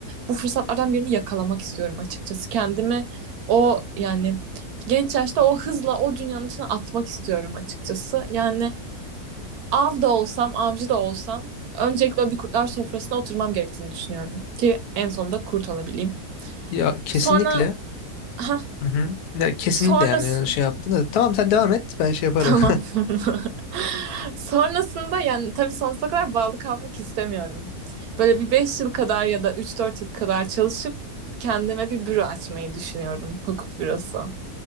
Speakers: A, on the right; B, on the left.
A: Bu fırsatlardan birini yakalamak istiyorum açıkçası. Kendimi o yani genç yaşta o hızla o dünyanın içine atmak istiyorum açıkçası. Yani av da olsam, avcı da olsam öncelikle o bir kurtlar sofrasına oturmam gerektiğini düşünüyorum ki en sonunda kurt olabileyim.
B: ya kesinlikle
A: Sonra ha
B: Hı hı. Ya, kesinlikle
A: sonrası
B: yani şey yaptın da. Tamam sen devam et ben şey yaparım.
A: Tamam. <laughs> Sonrasında yani tabii sonsuza kadar bağlı kalmak istemiyorum. Böyle bir 5 yıl kadar ya da üç dört yıl kadar çalışıp kendime bir büro açmayı düşünüyorum. Hukuk bürosu.